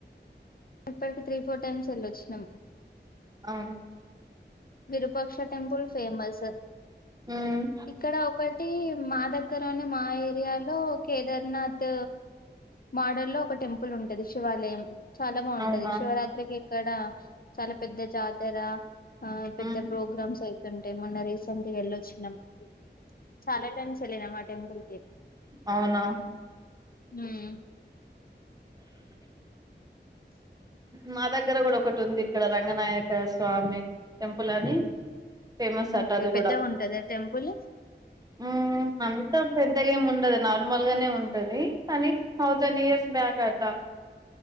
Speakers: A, on the left; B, on the right.
A: ఇప్పటికి త్రీ ఫోర్ టైమ్స్ వెళ్ళొచ్చినాము
B: అ
A: విరుపాక్ష టెంపుల్ ఫేమస్
B: ఉమ్
A: ఇక్కడ ఒకటి మా దగ్గరన మా ఏరియాలో కేదార్నాథ్ మాడర్ లో ఒక టెంపుల్ ఉంటది శివాలయం చాలా బాగుంటది
B: అవునా
A: శివరాత్రికి ఇక్కడ చాలా పెద్ద జాతర ఆ పెద్ద
B: ఉమ్
A: ప్రోగ్రామ్స్ అయితుంటాయి మొన్న రీసెంట్ గా వెళ్ళొచ్చినాము చాలా టైమ్స్ ఎల్లినం ఆ టెంపుల్ కి
B: అవునా. !
A: ఊహ్మ్.
B: మా దగ్గర గూడా ఒకటుంది. ఇక్కడ రంగనాయక స్వామి టెంపులని. ఫేమసాట
A: ఓకే
B: అది గూడా.
A: పెద్దగా ఉంటదా టెంపుల్
B: ఊ అంతా పెద్. ద్దగెం ఉండదు నార్మల్ గానే ఉంటది. కానీ థౌజెన్ ఇయర్స్ బ్యాక్ అటా. !